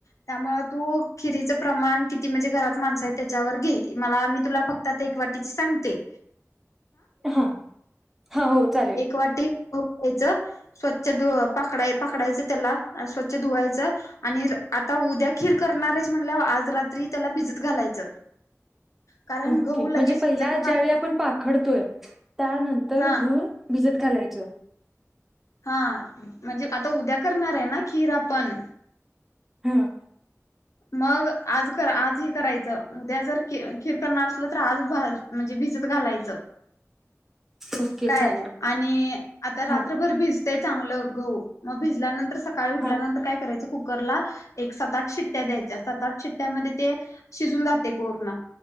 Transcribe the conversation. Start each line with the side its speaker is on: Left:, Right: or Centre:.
Left: त्यामुळे तू खिरीच प्रमाण किती? म्हणजे घरात माणसं आहेत ते त्याच्यावर घे. मला मी तुला फक्त आता एक वाटीची सांगते.
Centre: हा. हां, हो चालेल.
Left: एक वाटी गहू घ्यायचं स्वच्छ धू पाखडा पाखडायच त्याला. स्वच्छ धुवायचं आणि रा आता उद्या खीर करणार आहेस म्हणल्याव आज रात्री त्याला भिजत घालायचं. कारण
Centre: ओके.
Left: गहू लगेच
Centre: म्हणजे
Left: शिजत
Centre: पहिला ज्यावेळी
Left: नाही
Centre: आपण पाखडतोय त्यानंतर
Left: हा
Centre: धुवून भिजत घालायचं?
Left: हा. म्हणजे आता उद्या करणार आहे ना खीर आपण,
Centre: हं.
Left: मग आज कर आज हे करायचं उद्या जर खी खीर करणार असलं तर, आज भाज म्हणजे भिजत घालायचं.
Centre: ओके
Left: काय
Centre: चालेल.
Left: आणि आता रात्रभर
Centre: हां,
Left: भिज ते चांगलं गहू. मग भिजल्यानंतर सकाळी उठल्यानंतर
Centre: हां,
Left: काय करायचं? कु ककरला एक सात आठ शिट्ट्या द्यायच्या सात आठ शिट्ट्यामध्ये ते शिजून जाते पूर्ण